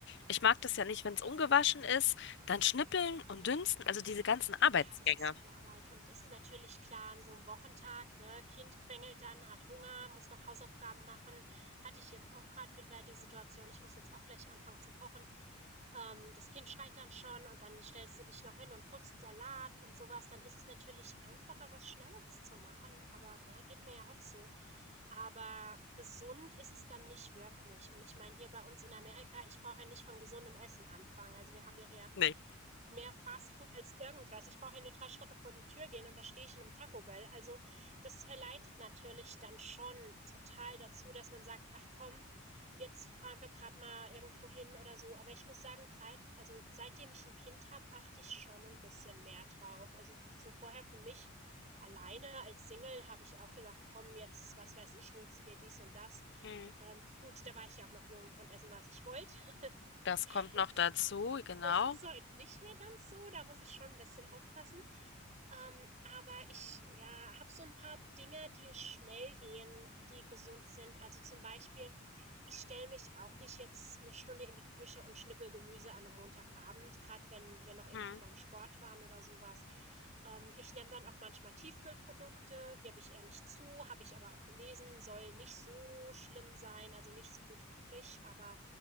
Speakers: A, on the left; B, on the right.
A: Ich mag das ja nicht, wenn es ungewaschen ist. Dann schnippeln und dünsten. Also diese ganzen Arbeitsgänge.
B: Ja, das ist viel Arbeit und ist natürlich klar an so einem Wochentag, ne? Kind quengelt dann, hat Hunger, muss noch Hausaufgaben machen. Hatte ich jetzt auch gerade wieder die Situation, ich muss jetzt auch gleich anfangen zu kochen. Ähm, das Kind schreit dann schon und dann stellst du dich noch hin und putzt Salat und sowas. Dann ist es natürlich einfacher, was Schnelles zu machen, aber ne, geht mir ja auch so. Aber gesund ist es dann nicht wirklich. Und ich meine, hier bei uns in Amerika, ich brauche ja nicht von gesundem Essen anfangen. Also, wir haben ja hier
A: Nee.
B: mehr Fast Food als irgendwas. Ich brauche ja nur drei Schritte vor die Tür gehen und da stehe ich in einem Taco Bell. Also das verleitet natürlich dann schon total dazu, dass man sagt, ach komm, jetzt fahren wir gerade mal irgendwo hin oder so. Aber ich muss sagen, gerade, also seitdem ich ein Kind habe, achte ich schon ein bisschen mehr drauf. Also so vorher für mich alleine als Single habe ich auch gesagt, komm, jetzt, was weiß ich, holst du dir dies und das.
A: Hm.
B: Ähm, gut, da war ich ja auch noch jung und konnte essen, was ich wollte. <laughs>
A: Das kommt
B: das
A: noch
B: ist
A: dazu, genau.
B: das ist heute nicht mehr ganz so. Da muss ich schon ein bisschen aufpassen. Ähm, aber ich ja, habe so ein paar Dinge, die schnell gehen, die gesund sind. Also zum Beispiel, ich stelle mich auch nicht jetzt eine Stunde in die Küche und schnippel Gemüse an einem Montagabend, gerade wenn wir noch irgendwie
A: Hm.
B: beim Sport waren oder sowas. Ähm, ich nehme dann auch manchmal Tiefkühlprodukte, gebe ich ehrlich zu, habe ich aber auch gelesen, soll nicht so schlimm sein, also nicht so gut wie frisch, aber